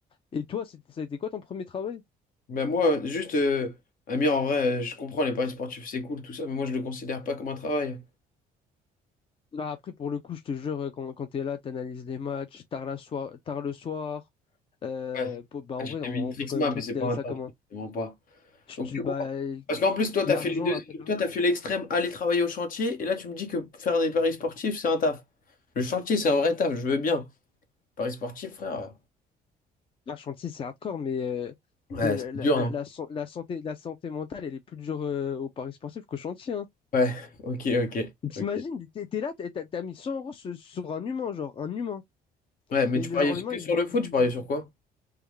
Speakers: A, on the left; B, on the left.
A: Et toi, c'était- ça a été quoi ton premier travail?
B: Ben moi, juste, euh, Amir, en vrai, euh, je comprends les paris sportifs, c'est cool, tout ça, mais moi, je le considère pas comme un travail.
A: Là, après, pour le coup, je te jure, euh, quand, quand t'es là, t'analyses les matchs tard, la soir, tard le soir. euh,
B: Ouais.
A: pour- bah,
B: Ah,
A: en
B: Tu
A: vrai,
B: fais
A: on,
B: Vintrixma,
A: on peut quand même considérer
B: mais c'est pas
A: ça
B: un travail,
A: comme un.
B: vraiment pas.
A: je-
B: Donc,
A: tu-
B: tu
A: bah,
B: comprends. Parce qu'en plus, toi,
A: l'argent,
B: t'as fait les deux.
A: appelle
B: Toi, t'as fait l'extrême, aller travailler au chantier, et là, tu me dis que faire des paris sportifs, c'est un taf. Le chantier, c'est un vrai taf, je veux bien. Paris sportif, frère. euh,
A: Un chantier, c'est hardcore, mais euh,
B: Ouais,
A: la, la-
B: c'est
A: la-
B: dur,
A: la-
B: hein.
A: la san- la santé, la santé mentale, elle est plus dure euh, au Paris sportif qu'au chantier. Hein.
B: Ouais, ok, ok.
A: Et T'imagines,
B: ok.
A: t'es t'es là, t'as t'as- t'as mis 100 euros sur, sur un humain, genre, un humain.
B: Ouais, mais
A: Et
B: tu
A: le
B: pariais
A: genre, l'humain,
B: que
A: il,
B: sur le foot,
A: il-
B: tu pariais
A: il-
B: sur quoi?